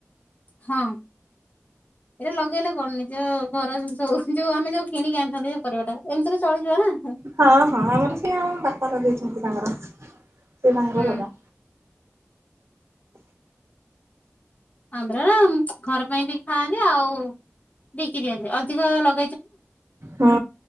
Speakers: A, on the left; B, on the right.
A: ହଁ, ଏରା ଲଗେଇଲେ କଣ, ନିଜ ଘର <unintelligible> ଯଉ ଆମେ ଯଉ କିଣିକି ଆଣିଥାନ୍ତେ ଜଉ ପରିବା ଟା ଏମତିରେ ଚଳିଯବ ନା।
B: ହଁ ହଁ, ଆମର ସେଇ ଆମ ବାପା ଲଗେଇଚନ୍ତି ତାଙ୍କର, ସେ ତାଙ୍କର
A: ହୁଁ
B: ଲଗା
A: ହଁ ପରା ଘର ପାଇଁ ବି ଖାଆନ୍ତି ଆଉ ବିକି ଦିଅନ୍ତି ଅଧିକ ଲ
B: ହୁଁ